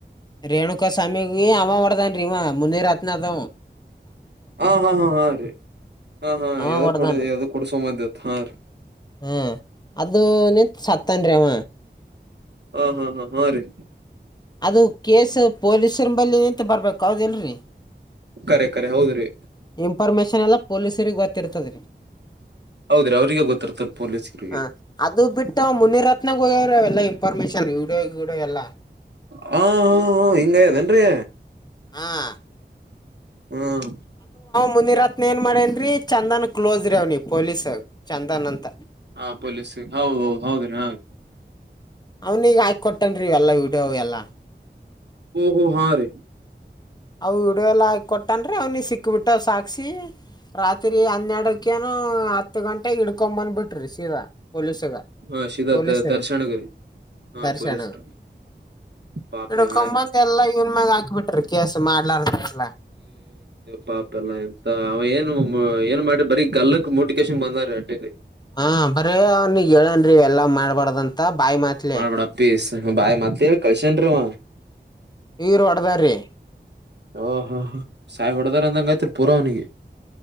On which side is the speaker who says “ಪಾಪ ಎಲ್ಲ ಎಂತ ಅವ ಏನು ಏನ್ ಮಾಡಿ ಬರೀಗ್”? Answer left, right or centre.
Right